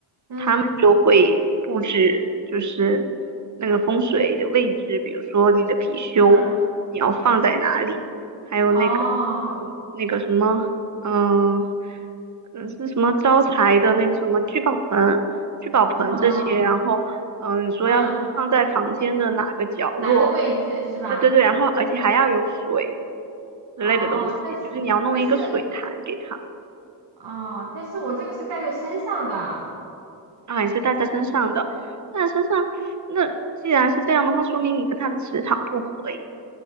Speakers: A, on the right; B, on the right.
A: 嗯
B: 他们就会布置，就是那个风水的位置，比如说你的貔貅你要放在哪里，
A: 嗯，
B: 还有那个，
A: 哦
B: 嗯，那个什么，嗯，嗯，是什么招财的那个什么聚宝盆、聚宝盆这些，
A: 哦
B: 然后，嗯，你说要放在房间的哪个角落？
A: 嗯，哪个位置是吧？
B: 对对对，然后而且还要有水。之类的东西，
A: 哦，但是但是。
B: 就是你要弄一个水潭给它，
A: 哦，但是我这个是带在身上的啊，
B: 啊，也是带在身上的，带在身上，那既然是这样的话，说明你跟它的磁场不合诶，